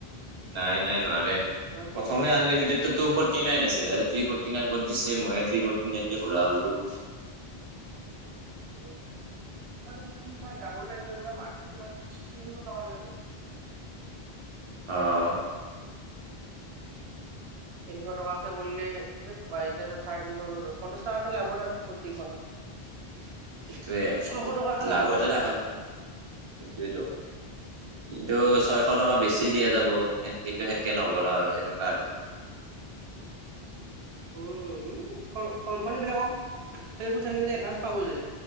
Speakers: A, on the right; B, on the right.
A: নাই-নাই নোৱাৰে,
B: তোমাৰ
A: প্ৰথমে
B: পঁচিশ
A: আনলিমিটেডটো। টু ফৰ্টি নাইন আছিলে আৰু থ্ৰী ফৰ্টি নাইন ক'ৰ দিছে মই থ্ৰী ফৰ্টি নাইন। ভৰা
B: <inaudible> তোমাৰ
A: হ'লো
B: যদি থ্ৰী, ফাইভ ডাবোল আহিলে তোমাৰ মান্থেলী তোমাৰ তিনি টকা হৈ গ'ল হ'লে <unintelligible>
A: অ'
B: তিনিশ টকাকে পৰিলে সেই বা এতিয়াটো চাৰে তিনিশকে পৰিব, পঞ্চাশ টকাকে লাভ হয় আৰু প্ৰত্যেক মাহত। <inaudible>
A: সেইটোৱে
B: ছশ টকা এটা লাভ
A: লাভতে
B: হয় আৰু
A: থকা যায়। সেইটোৱেটো। কিন্তু ছয়শ টকা বেছিয়ে
B: উম
A: দিয়া যাব। সেন, কিন্তু সেনকে নকৰাও আৰু সেনেকুৱা আৰু।
B: উম' কোম-কোম্পানী বিলাকক সেইবোৰ চেলেৰী যে এডভান্স পাব যে